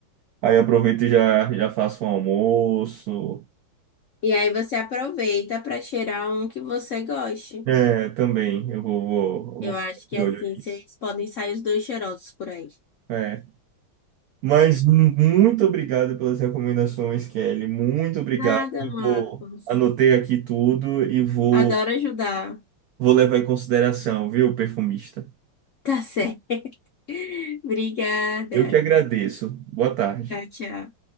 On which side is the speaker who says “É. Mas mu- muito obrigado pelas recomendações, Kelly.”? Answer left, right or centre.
Right